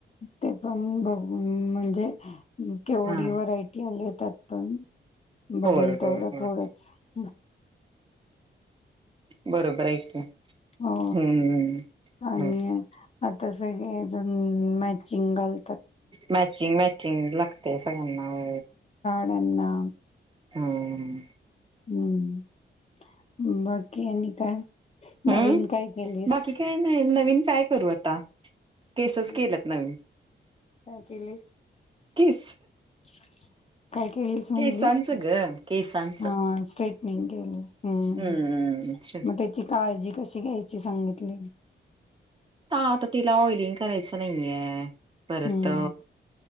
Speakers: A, on the left (about 35°); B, on the right (about 25°).
A: ते पण ब अम्म म्हणजे, अ केवढी
B: हा
A: व्हरायटी आलीय त्यात पण बघेल
B: होय
A: तेवढ
B: होय होय
A: थोडच. हम,
B: बरोबर आहे की
A: हो
B: हम्म
A: आणि
B: हम्म
A: अ आता सगळेजण मॅचिंग घाल
B: मॅचिंग मॅचिंग लाग <unintelligible> ते सांग नाव
A: ना--त्यांना
B: हाममम
A: हम्म बाकी आणि काय
B: उम
A: नवीन काय केलीस?
B: बाकी काय नाय, नवीन काय करू आता? तेसेस
A: हम्म
B: केलत नवीन.
A: काय केलीस?
B: किस
A: <inaudible> चा काय केलीस म्हणलीस?
B: केसांचं ग केसांचं
A: नाही गेल, हम्म
B: हम्म
A: मग त्याची काळजी? कशी घ्यायची सांगितली?
B: आता तिला ऑइलिंग करायच नाइये परत,
A: हम्म.